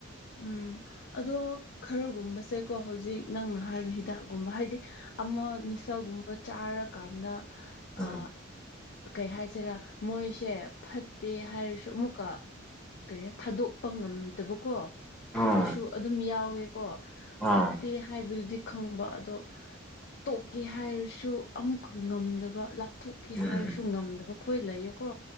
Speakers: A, on the left; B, in the centre.
A: ꯎꯝ ꯑꯗꯣ ꯈꯔꯒꯨꯝꯕꯁꯦꯀꯣ ꯍꯧꯖꯤꯛ ꯅꯪꯅ ꯍꯥꯏꯕ ꯍꯤꯗꯥꯛꯀꯨꯝꯕ ꯍꯥꯏꯗꯤ ꯑꯃ ꯅꯤꯁꯥꯒꯨꯝꯕ ꯆꯥꯔꯀꯥꯟꯗ
B: ꯎꯝ
A: ꯑ ꯀꯩ ꯍꯥꯏꯁꯤꯔꯥ ꯃꯣꯏꯁꯦ ꯐꯠꯇꯦ ꯍꯥꯏꯔꯁꯨ ꯑꯃꯨꯛꯀ ꯀꯔꯤ ꯊꯥꯗꯣꯛꯄ ꯉꯝꯗꯕꯀꯣ ꯈꯔꯁꯨ
B: ꯎꯝ ꯑꯥ
A: ꯑꯗꯨꯝ ꯌꯥꯎꯋꯦ ꯀꯣ
B: ꯑꯥ
A: ꯐꯠꯇꯦ ꯍꯥꯏꯕꯗꯨꯗꯤ ꯈꯪꯕ ꯑꯗꯣ ꯇꯣꯛꯀꯦ ꯍꯥꯏꯔꯁꯨ ꯑꯃꯨꯛꯈ ꯉꯝꯗꯕ ꯂꯥꯞ ꯂꯥꯞꯊꯣꯛꯀꯦ
B: ꯎꯝ
A: ꯍꯥꯏꯔꯁꯨ ꯉꯝꯗꯕ ꯈꯣꯏ ꯂꯩꯌꯦꯀꯣ